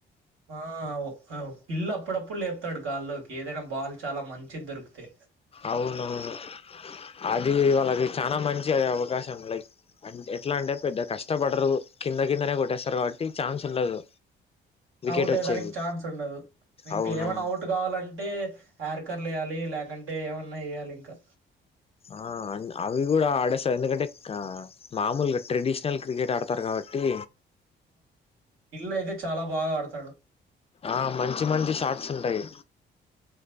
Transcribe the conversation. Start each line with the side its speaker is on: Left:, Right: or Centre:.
Right: ఆ పిల్లు అప్పుడప్పుడు లేపుతాడు గాల్లోకి ఏదైనా బాల్ చాలా మంచిది దొరికుతే
Left: అవును అవును అది వాళ్ళకి చానా మంచి అయ్యే అవకాశం లైక్ అండ్ ఎట్లా అంటే పెద్ద కష్టపడరు కింద కిందనే కొట్టు చేస్తారు కాబట్టి చాన్స్ ఉండదు. వికెట్
Right: అవుట్
Left: వచ్చేకి
Right: అయ్య దానికి ఛాన్స్ ఉండదు ఇంక
Left: అవునవును
Right: ఏమైనా అవుట్ కావాలంటే అర్కర్ వేయాలి లేకుంటే అంటే ఏమన్నా వేయాలి ఇంకా.
Left: ఆహ్ అ అవి కూడా ఆడేస్తారు ఎందుకంటే మామూలుగా ట్రెడిషనల్ క్రికెట్ ఆడతారు కాబట్టి.
Right: ఇల్లు అయిదట్. చాలా బాగా ఆడుత
Left: ఆహ్ మంచి మంచి షాట్స్ ఉంటాయి.